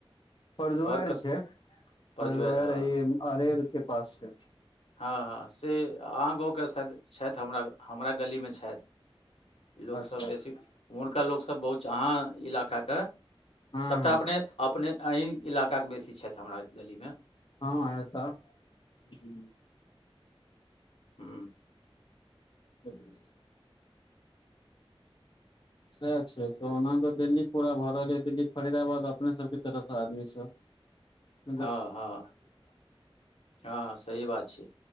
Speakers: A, on the left; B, on the left.
A: फद्वर
B: घर कत
A: छैय
B: परजोआरि
A: फद्वर
B: हँ
A: ई अरेर के पास छैय
B: हँ हँ से अहाँ गाँव के शायद छथि हमरा हमरा गलीमे छथि
A: अच्छा
B: लोकसब
A: अच्छा
B: बेसी उमहरका लोकसभ बहुत छै अहाँ इलाकाके
A: हँ
B: सभटा
A: हँ
B: अपने अपने अहिक इलाकाके बेसी छथि हमरा गली मे
A: हँ हेत हुँ
B: ह्मँ
A: <unintelligible> सएह छैय तऽ ओना तऽ दिल्ली पूरा भऽ रहल य दिल्ली फरीदाबाद अपने सबके तरफ आदमी स <inaudible>
B: हँ -हँ -हँ सही बात छैय